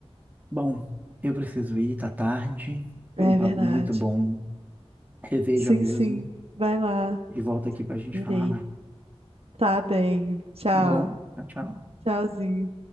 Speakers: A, on the right; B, on the right.
A: Bom, eu preciso ir, tá tarde. Foi
B: É
A: um papo
B: verdade.
A: muito bom. Reveja
B: Sim,
A: mesmo.
B: sim. Vai lá.
A: e volta aqui para a gente
B: Verei.
A: falar mais.
B: Tá bem. Tchau.
A: Tá bom? Tchau, tchau.
B: Tchauzinho.